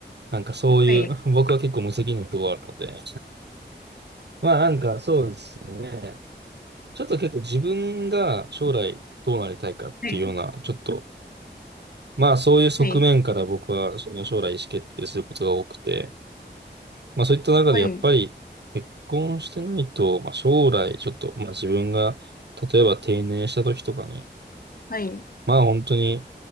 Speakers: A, on the right; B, on the left.
A: なんかそういう、
B: はい、
A: <laughs> 僕は結構無責任なところがあるので、まあなんかそうですね。ちょっと結構自分が将来どうなりたいかっていうような、
B: はい、
A: ちょっと、まあそういう側面から僕はその将来意思決定することが多くて、
B: はい、
A: まあそういった中でやっぱり結婚してないと、
B: はい、
A: まあ将来ちょっと、まあ自分が例えば定年した時とかに、
B: はい。
A: まあ本当に